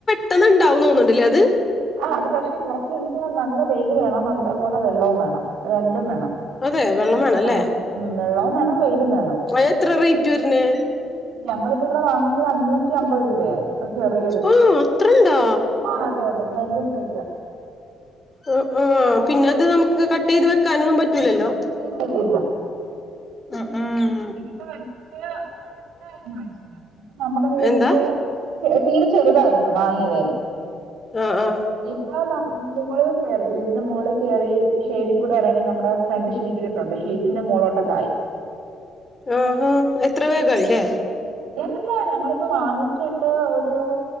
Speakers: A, on the left (about 25°); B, on the right (about 85°).
A: പെട്ടന്ന്ണ്ടാവും തോന്ന്ണ്ട്ലേ അത്?
B: ആ അത് പക്ഷെ കൊറച്ച് ദൂസം നല്ല വെയില് വേണം നല്ലപോലെ വെള്ളവും വേണം അഹ് രണ്ടും വേണം
A: അതെ വെള്ളം വേണല്ലേ
B: ആഹ് വെള്ളവും വേണം വെയിലും വേണം
A: അത് എത്ര റേറ്റ് വരുന്നേ
B: ഞങ്ങളിപ്പൊ ഇവിടെ വാങ്ങിച്ചത് അഞ്ഞൂറ്റി അമ്പത് രൂപയായി ഒരു ചെറിയൊരു
A: ആഹ് അത്രണ്ടാ
B: ആഹ് അതെ അതെ ഭയങ്കര പൈസ
A: ആഹ് ആഹ് പിന്ന അത് നമുക്ക് കട്ടെയ്ത് വെക്കാനൊന്നും പറ്റൂലല്ലോ?
B: ഇല്ലില്ലില്ല
A: ഉം ഉംഹ്
B: ഇതിപ്പ വെച്ചെത് ചെറുതായിരുന്നു വെച്ചത് നമ്മുടെ വീടിന്റെ
A: എന്താ
B: തീ തീരെ ചെറുതായിരുന്നോ വാങ്ങിയത്?
A: ആഹ് ആഹ്
B: ഇപ്പം നമ്മ മുകളിൽ കയറി വീടിന്റെ മോളി കയറി ഷെയ്ഡി കൂടെറങ്ങി നമ്മുടെ ഫ്രണ്ട് ഷീറ്റ്ട്ടിട്ടുണ്ട് ഷീ റ്റിന്റെ മോളോട്ടക്കായി
A: ആ ഹാ എത്ര വേഗായിലേ?
B: ഇല്ല ഞങ്ങളിപ്പൊ വാങ്ങിച്ചിട്ട് ഒരൂ